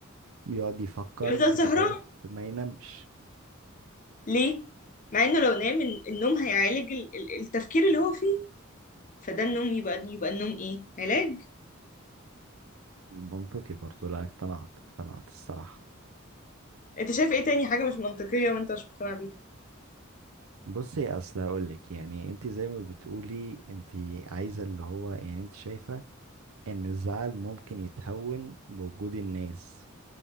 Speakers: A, on the right; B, on the left.
A: بيقعد يفكر
B: بيفضل سهران
A: لغايه ما ينامش
B: ليه؟ مع إنه لو نام الن- النوم هيعالج ال- ال- التفكير اللي هو فيه فده النوم يبقى يبقى النوم إيه؟ علاج
A: منطقي برضو لا اقتنعت اقتنعت الصراحه
B: أنت شايف إيه تاني حاجة مش منطقية وأنت مش مقتنع بيها؟
A: بصي اصل هقول لك يعني انت زي ما بتقولي انت عايزه اللي هو يعني انت شايفه ان الزعل ممكن يتهون بوجود الناس